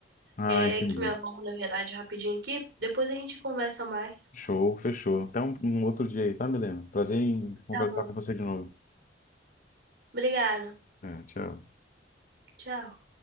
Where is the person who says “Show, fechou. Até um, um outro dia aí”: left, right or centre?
Left